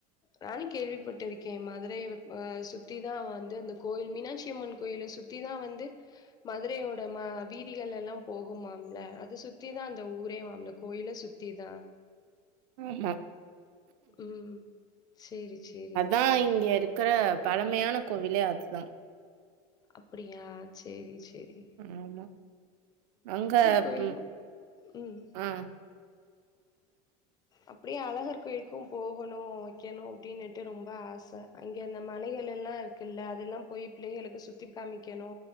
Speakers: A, on the left; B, on the right.
A: நானு கேள்விப்பட்டிருக்கே மதுரை அ சுத்திதா வந்து அந்த கோயில் மீனாட்சி அம்மன் கோயில சுத் திதா வந்து மதுரையோட ம வீதிகல்லெல்லா போகுமாம்ல அத சுத்தி தா அந்த ஊரே வாம்ல கோயில சுத்தி தா
B: ஆமா
A: ம் செரி செரி
B: அதா இங்கயிருக்க பழமையான கோவிலே அதுதா
A: அப்டியா செரி செரி
B: ஆமா அங்க
A: கோயில்
B: ம்
A: ம்
B: ஆ
A: அப்டியே அழகர் கோயிலுக்கு போகணு வெக்கணு அப்டின்னுட்டு ரொம்ப ஆச அங்க அந்த மலைகலெல்லா இருக்குல்ல அதெல்லா போய் பிள்ளைகளுக்கு சுத்தி காமிக்கணு